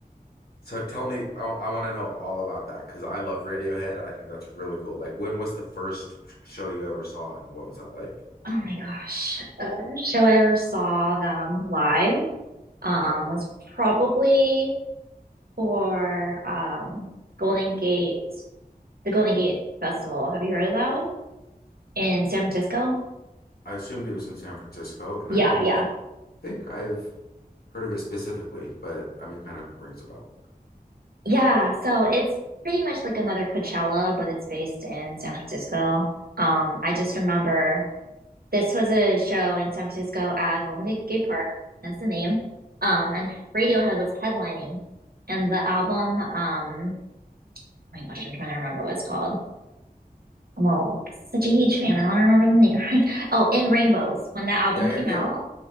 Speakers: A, on the left; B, on the right.
A: So tell me, I, I want to know all about that because I love Radiohead. I think that's really cool. Like, when was the first show you ever saw and what was that like?
B: Oh my gosh. The first show I ever saw them live, um,
A: Yeah.
B: was probably for, um, Golden Gate, the Golden Gate Festival. Have you heard of that one? In San Francisco?
A: I assumed it was in San Francisco and
B: Yeah,
A: I don't
B: yeah.
A: think I've heard of it specifically, but I mean, kind of rings a bell.
B: Yeah, so it's pretty much like another Coachella, but it's based in San Francisco. Um, I just remember This was a show in San Francisco at Golden Gate Park, hence the name. Um, and Radiohead was headlining, and the album, um, oh my gosh, I'm trying to remember what it's called. I'm all such a huge fan. I don't remember the name. <laughs> Right? Oh, In Rainbows, when that album
A: Yeah, yeah,
B: came
A: yeah.
B: out,